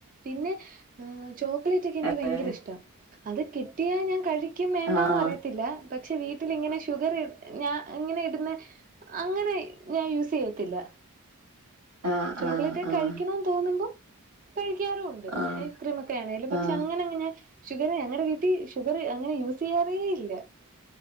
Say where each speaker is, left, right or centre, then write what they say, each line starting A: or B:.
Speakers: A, on the right; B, on the right.
A: പിന്നെ ചോക്ലേറ്റ് ക്കെ എനിക്ക്
B: ഏഹ്
A: ഭയങ്കര ഇഷ്ട അത് കിട്ടിയാ ഞാൻ കഴി ക്കും വെണ്ടാന്ന്
B: ആഹ്
A: പറയത്തി പക്ഷെ വീട്ടിലിങ്ങനെ ഷുഗർ ഞ അങ്ങനെ ഇടുന്ന അങ്ങനെ ഞാൻ യൂസ് ചെയ്യത്തില്ല
B: ആഹ്
A: ചോക്ലേറ്റ്
B: ആഹ് ആഹ്
A: കഴിക്കണന്ന് തോന്നുമ്പോ കഴിക്കാറും ഉണ്ട്
B: ആഹ്
A: ഐസ്ക്രീം ഒക്കെ ആണെലും പക്ഷെ
B: ആഹ്
A: അങ്ങനെയങ്ങു ഞാൻ ഷുഗർ ഞങ്ങളടെ വീട്ടിൽ ഷുഗർ അങ്ങനെ യൂസ് ചെയ്യാറെ ഇല്ല